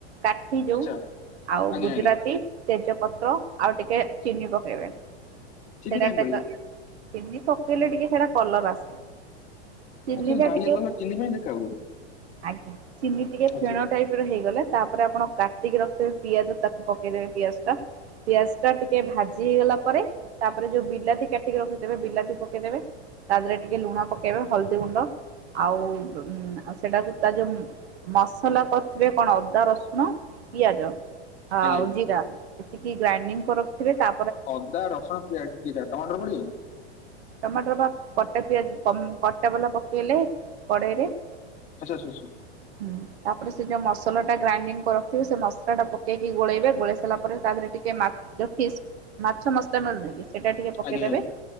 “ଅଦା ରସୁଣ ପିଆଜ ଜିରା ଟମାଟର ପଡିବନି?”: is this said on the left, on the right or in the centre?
Left